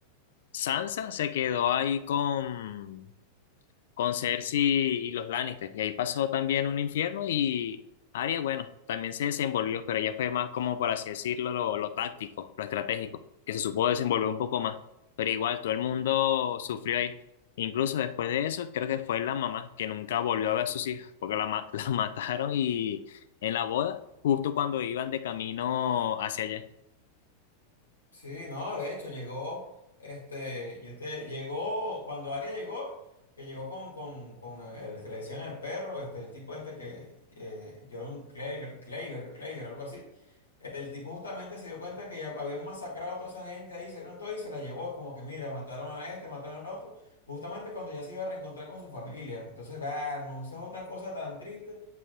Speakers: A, on the left; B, on the left.
A: Sansa se quedó ahí con, con Cersei y los Lannister. Y ahí pasó también un infierno y Arya, bueno, también se desenvolvió, pero ella fue más como, por así decirlo, lo, lo táctico, lo estratégico, que se supo desenvolver un poco más. Pero igual, todo el mundo sufrió ahí. Incluso después de eso, creo que fue la mamá, que nunca volvió a ver a sus hijos, porque la, ma- <laughs> la mataron y en la boda, justo cuando iban de camino hacia allá.
B: Sí, no, de hecho, llegó, este, yo te, llegó, cuando Aria llegó, que llegó con, con, con el que le decían el perro, este, el tipo este que, eh, John Clager, Clager, Clager, algo así. El tipo justamente se dio cuenta que ya habían masacrado a toda esa gente ahí, se dieron todo y se la llevó, como que mira, mataron a este, mataron al otro, justamente cuando ya se iba a reencontrar con su familia. Entonces, va, hermano, eso es otra cosa tan triste.